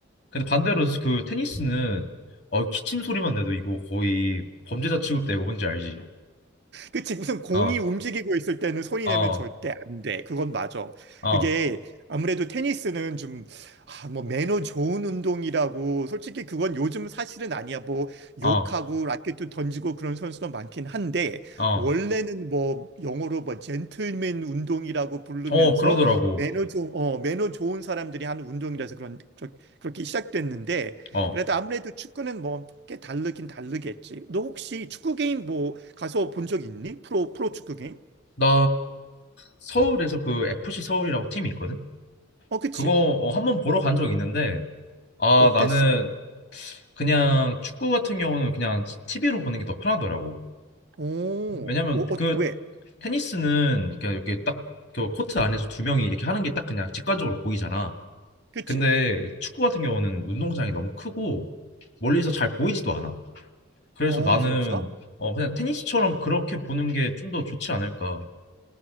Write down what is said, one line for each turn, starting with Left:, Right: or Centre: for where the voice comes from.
Left: 근데 반대로 그 테니스는 어, 기침 소리만 내도 이거 거의 범죄자 취급되고 뭔지 알지?
Right: 그치. 무슨 공이
Left: 어,
Right: 움직이고 있을 때는 손이
Left: 어,
Right: 내면 절대 안 돼. 그건 맞아.
Left: 어,
Right: 그게 아무래도 테니스는 좀, 아, 뭐, 매너 좋은 운동이라고. 솔직히 그건 요즘 사실은 아니야. 뭐,
Left: 어,
Right: 욕하고 라켓도 던지고 그런 선수도 많긴 한데,
Left: 어.
Right: 원래는 뭐, 영어로 뭐, 젠틀맨 운동이라고 부르면서
Left: 어, 그러더라고.
Right: 매너 좋은, 어, 매너 좋은 사람들이 하는 운동이라서 그런, 저- 그렇게 시작됐는데,
Left: 어.
Right: 그래도 아무래도 축구는 뭐 꽤 다르긴 다르겠지. 너 혹시 축구 게임 뭐 가서 본 적 있니? 프로 프로 축구 게임?
Left: 나 서울에서 그 FC 서울이라고 팀이 있거든?
Right: 어, 그치.
Left: 그거 어, 한번 보러 간 적 있는데, 아,
Right: 어땠어?
Left: 나는 그냥 축구 같은 경우는 그냥 TV로 보는 게 더 편하더라고.
Right: 오,
Left: 왜냐면
Right: 어, 어,
Left: 그
Right: 왜?
Left: 테니스는 이렇게 이렇게 딱 그 코트 안에서 두 명이 이렇게 하는 게 딱 그냥 직관적으로 보이잖아.
Right: 그치.
Left: 근데 축구 같은 경우는 운동장이 너무 크고 멀리서 잘 보이지도 않아. 그래서
Right: 어,
Left: 나는
Right: 진짜?
Left: 어, 그냥 테니스처럼 그렇게 보는 게 좀 더 좋지 않을까.